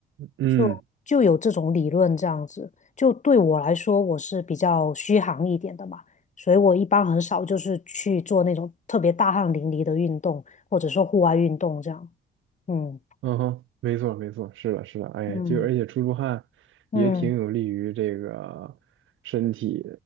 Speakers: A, on the right; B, on the left.
A: 嗯。
B: 就就有这种理论这样子，就对我来说我是比较虚寒一点的嘛。所以我一般很少就是去做那种特别大汗淋漓的运动，或者说户外运动这样。嗯
A: 嗯哼，没错没错，是的，是的，哎，
B: 嗯
A: 就而且出出汗也挺有利于这个身体
B: 嗯，